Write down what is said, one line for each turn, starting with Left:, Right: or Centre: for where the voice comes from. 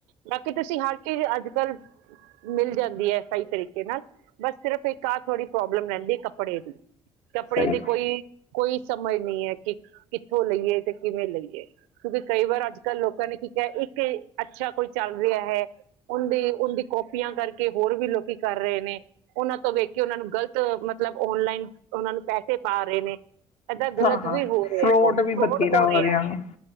Right: ਬਾਕੀ, ਤੁਸੀਂ ਹਰ ਚੀਜ਼ ਅੱਜ ਕੱਲ੍ਹ ਮਿਲ ਜਾਂਦੀ। ਸਹੀ ਹੈ, ਸਹੀ ਤਰੀਕੇ ਨਾਲ ਬਸ ਸਿਰਫ ਇੱਕ ਤਾਂ ਥੋੜ੍ਹੀ ਪ੍ਰੋਬਲਮ ਰਹਿੰਦੀ ਕੱਪੜੇ ਦੀ, ਕੱਪੜੇ
Left: ਸਹੀ।
Right: ਦੇ ਕੋਈ ਕੋਈ ਸਮਝ ਨਹੀਂ ਹੈ, ਕਿ ਕਿੱਥੋਂ ਲਈਏ ਤੇ, ਕਿਵੇਂ ਲਈਏ। ਕਿਉਂਕਿ ਕਈ ਵਾਰ ਅੱਜ ਕਲ੍ਹ ਲੋਕਾਂ ਨੇ ਕੀ ਕਿਹਾ ਇੱਕ ਅੱਛਾ, ਕੋਈ ਚੱਲ ਰਿਹਾ ਹੈ ਉਹਦੀ -ਉਹਦੀ ਕਾਪੀਆਂ ਕਰਕੇ ਹੋਰ ਵੀ ਲੋਕੀ ਕਰ ਰਹੇ ਨੇ ਉਹਨਾਂ! ਤੋਂ ਵੇਖ ਕੇ ਉਹਨਾਂ ਨੂੰ ਗ਼ਲਤ ਮਤਲਬ ਔਨਲਾਈਨ ਉਹਨਾਂ ਨੂੰ ਪੈਸੇ ਪਾ ਰਹੇ ਨੇ, ਏਦਾਂ ਗ਼ਲਤ
Left: ਹਾਂ ਹਾਂ
Right: ਵੀ ਹੋ ਰਿਹਾ
Left: ਫਰੋਡ
Right: ਆ ਬਹੁਤ
Left: ਵੀ
Right: ਫਰੋਡ
Left: ਬਥੇਰਾ
Right: ਹੋ ਰਹੇ
Left: ਰਿਹਾ
Right: ਆ,
Left: ਵਾ